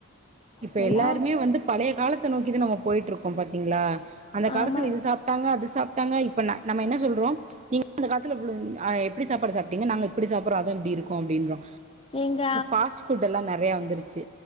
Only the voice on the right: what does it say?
இப்ப
எல்லாருமே வந்து பழைய காலத் நோக்கிதுான் நம்ம போயிட்டு இருக்கோம் பாத்தீங்களா அந்த
காலத்தில் இது சாப்பிட்டாங்க அது சாப்ட்டாங்க இப்ப ந நம்ம என்ன சொல்றோ நீங்க அந்த காலத்ல இவ்ளோ ஆ எப்டி சாப்பாடு சாப்ட்டீங்க நாங்க எப்டி சாப்புறோ அத எப்டி இருக்கு அப்டின்றோ
பாஸ்புட் எல்லா நெறைய வந்துருச்சி